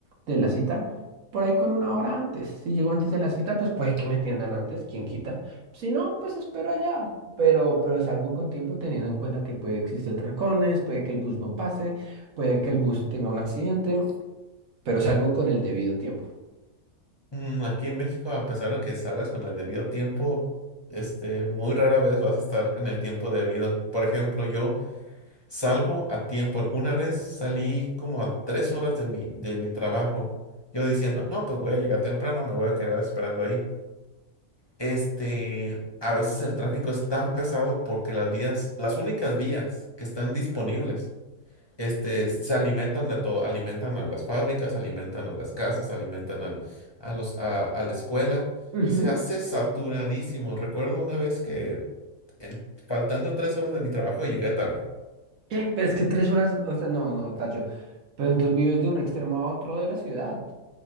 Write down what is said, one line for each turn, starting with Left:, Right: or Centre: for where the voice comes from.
Right: de la cita, por ahí con una hora antes. Si llego antes de la cita, pues puede que me atiendan antes, ¿quién quita? Si no, pues espero allá, pero, pero salgo con tiempo teniendo en cuenta que puede existir trancones, puede que el bus no pase, puede que el bus tenga un accidente, pero salgo con el debido tiempo.
Left: Mm, aquí en México, a pesar de que salgas con el debido tiempo, este, muy rara vez vas a estar en el tiempo debido. Por ejemplo, yo Salgo a tiempo. Una vez salí como a tres horas de mi, de mi trabajo. Yo diciendo, no, pues voy a llegar temprano, me voy a quedar esperando ahí. Este, a veces el tráfico es tan pesado porque las vías, las únicas vías que están disponibles, este, se alimentan de todo. Alimentan a las fábricas, alimentan a las casas, alimentan al- a los, a, a la escuela.
Right: Ujú.
Left: Se hace saturadísimo. Recuerdo una vez que en- faltando tres horas de mi trabajo llegué tarde.
Right: ¿Qué? Pero es que tres horas, o sea, no, no, Tacho, pero entonces vives de un extremo a otro de la ciudad,